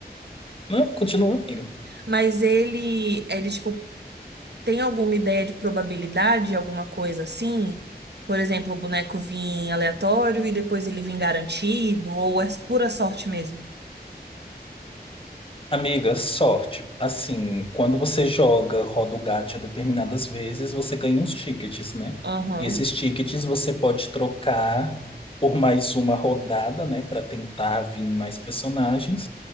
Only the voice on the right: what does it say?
Mas ele, ele, tipo, tem alguma ideia de probabilidade, alguma coisa assim? Por exemplo, o boneco vir aleatório e depois ele vir garantido, ou é pura sorte mesmo?
Aham.